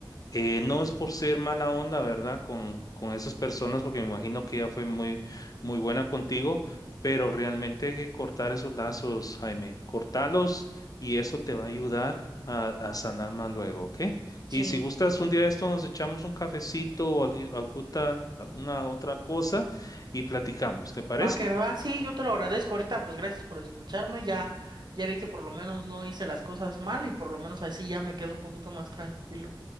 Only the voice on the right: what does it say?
Sí.
Va que va, sí, yo te lo agradezco ahorita, pues gracias por escucharme, ya, ya vi que por lo menos no hice las cosas mal y por lo menos así ya me quedo un poquito más tranquilo.